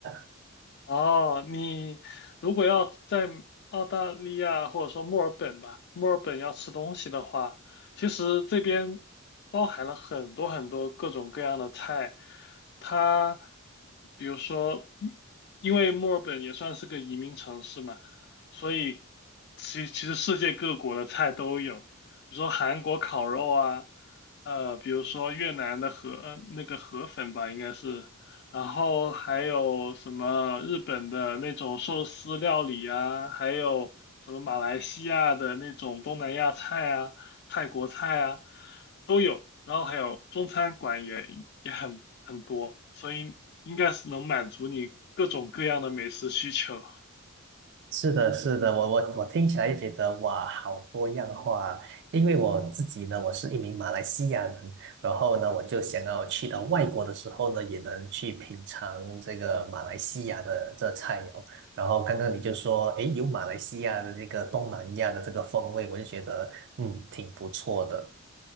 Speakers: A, on the right; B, on the left.
A: <laughs>
B: 哦，你如果要在澳大利亚或者说墨尔本吧，墨尔本要吃东西的话，其实这边包含了很多很多各种各样的菜。它比如说，因因为墨尔本也算是个移民城市嘛，所以其其实世界各国的菜都有，比如说韩国烤肉啊，呃，比如说越南的河，呃，那个河粉吧，应该是。然后还有什么日本的那种寿司料理啊，还有什么马来西亚的那种东南亚菜啊、泰国菜啊，都有。然后还有中餐馆也也很很多，所以应该是能满足你各种各样的美食需求。
A: 是的，是的，我我我听起来就觉得哇，好多样化啊。因为我自己呢，我是一名马来西亚人，然后呢，我就想要去到外国的时候呢，也能去品尝这个马来西亚的这菜肴。然后刚刚你就说，诶，有马来西亚的这个东南亚的这个风味，我就觉得嗯，挺不错的。